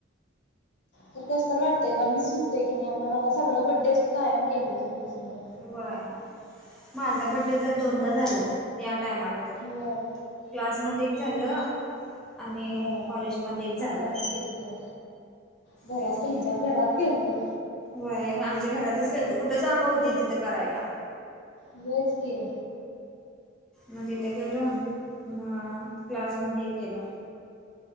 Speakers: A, on the left (about 60°); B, in the centre.
A: तर कस तर वाटतय ग मिस होताय की नाय आपण आता सगळं बड्डेच कायम केलय संग संग.
B: व्हय माझा बड्डे तर दोनदा
A: मागच्या
B: झालं या टायमाला तर.
A: व्हय
B: क्लासमध्ये एक झालं आणि
A: व्हय.
B: कॉलेजमध्ये एक झालं.
A: आपण केलतो घरात
B: तेच
A: तुमच्या
B: की
A: घरात गेलतो.
B: व्हय आमच्या घरातच गेलतो कुठं जागा होती तिथं करायला.
A: व्हायचं की.
B: म तिथं गेलो म क्लास मध्ये केला.